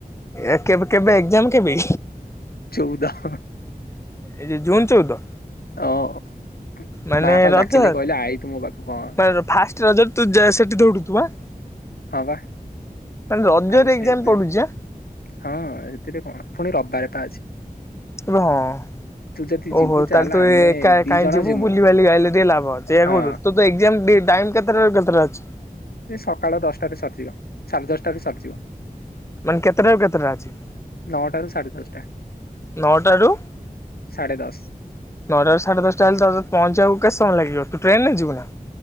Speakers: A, on the left; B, on the left.
A: ଏ କେବେ କେବେ ଏକ୍ଜାମ କେବେ?
B: ଚଉଦ ହ
A: ଏଇ ଯଉ ଜୁନ୍ ଚଉଦ
B: ହଁ
A: ମାନେ
B: ମା ପା
A: ରଜ
B: ଡାକିଲେ କହିଲେ ଆଇଛୁ ମୋ ପାଖକୁ ହଁ
A: ଫାଷ୍ଟ ରଜ ତୁ ଯା ସେଠି ଦୌଡୁଥୁବୁ ଆଁ
B: ହଁ ବା
A: ମାନେ ରଜରେ
B: ଆମ ସେଇଥିପାଇଁ
A: ଏକ୍ଜାମ ପଡୁଛି ଆଁ
B: ହଁ ଏଥିରେ କଣ ପୁଣି ରବିବାର ପା ଅଛି।
A: ଇବେ ହଁ ଅ
B: ତୁ ଯଦି ଯିବୁ
A: ଓହୋ
B: ଚାଲେ
A: ତାହେଲେ ତୁ
B: ଆମେ
A: ଏକା ଏକା
B: ଦି
A: କାଇଁ
B: ଜଣ
A: ଯିବୁ
B: ଯିମୁ
A: ବୁଲିବାଲି ଆ ଇଲେ ଟିକେ ଲାଭ ଅଛି ଏଇଆ
B: ହଁ
A: କହୁଛୁ ତୋର ତ ଏକ୍ଜାମ ଡେ ଟାଇମ୍ କେତେଟା ରେ କେତେଟା ଅଛି।
B: ସେ ସକାଳ ଦଶଟାରେ ସରିଯିବ ସାଢେ ଦଶଟାରେ ସରିଯିବ।
A: ମାନେ କେତେଟାରୁ କେତେଟା ଅଛି
B: ନଅଟାରୁ ସାଢେ ଦଶଟା
A: ନଅଟାରୁ
B: ସାଢ଼େ ଦଶ
A: ନଅଟାରୁ ସାଢେ ଦଶଟା ହେଲେ ତ ପହଞ୍ଚିବାକୁ କେତେ ସମୟ ଲାଗିବ ତୁ ଟ୍ରେନରେ ଯିବୁ ନା